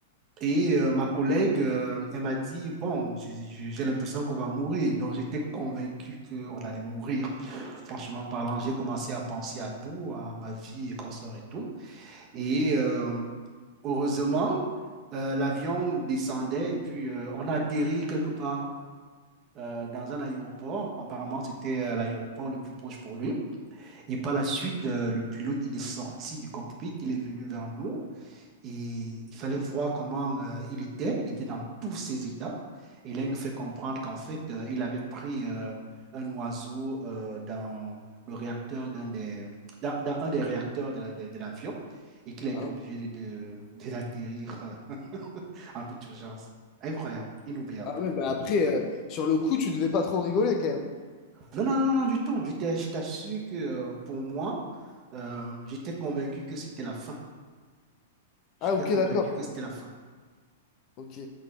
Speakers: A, on the right; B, on the left.
A: Et euh, ma collègue, euh, elle m'a dit, bon, j'ai j'ai- j'ai l'impression qu'on va mourir. Donc, j'étais convaincu qu'on allait mourir. Franchement parlant, j'ai commencé à penser à tout, à ma vie et consort et tout. Et euh, heureusement, euh, l'avion descendait et puis euh, on a atterri quelque part euh, dans un aéroport. Apparemment, c'était euh, l'aéroport le plus proche pour lui. Et par la suite, euh, le pilote, il est sorti du cockpit, il est venu vers nous. Et il fallait voir comment euh, il était. Il était dans tous ses états. Et là, il nous fait comprendre qu'en fait, euh, il avait pris euh, un oiseau euh, dans le réacteur d'un des, dans, dans un des réacteurs de la- de- de l'avion et qu'il a été
B: Ah,
A: obligé de, de, de l'atterrir euh, en toute urgence. Incroyable, inoubliable.
B: ah ouais, mais après, euh, sur le coup, tu devais pas trop rigoler quand même.
A: Non, non, non, non, du tout. J'étais, je t'assure que euh, pour moi, euh, j'étais convaincu que c'était la fin. J'étais
B: Ah ok,
A: convaincu
B: d'accord.
A: que c'était la fin.
B: Ok.